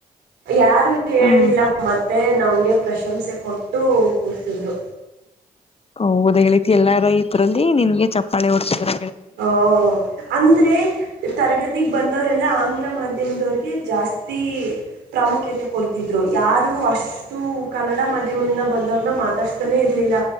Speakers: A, on the right; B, on the left.
A: ಯಾರು ಹೇಳಲಿಲ್ಲ
B: ಹ್ಮ್
A: ಮತ್ತೆ ನಮ್ಗೆ ಪ್ರಶಂಸೆ ಕೊಟ್ಟು ಕೂರಿಸಿದ್ರು
B: ಹ ಹದತಿ ಎಲ್ಲಾರು ಇದ್ರಲ್ಲಿ ನಿನ್ಗೆ ಚಪ್ಪಾಳಿ ಹೊಓಡ್ತಿದ್ರ
A: ಹ ಅಂದ್ರೆ ತರಗತಿಗ್ ಬಂದವರೆಲ್ಲಾ ಆಂಗ್ಲ ಮಾಧ್ಯಮದವರಿಗೆ ಜಾಸ್ತಿ ಪ್ರಾಮುಖ್ಯತೆ ಕೊಡ್ತಿದ್ರು ಯಾರು ಅಷ್ಟು ಕಾಲ ಕನ್ನಡ ಮಾಧ್ಯಮದಿಂದ ಬಂದವ್ರನ್ನ ಮಾತಾಡ್ಸ್ತಾನೆ ಇರ್ಲಿಲ್ಲ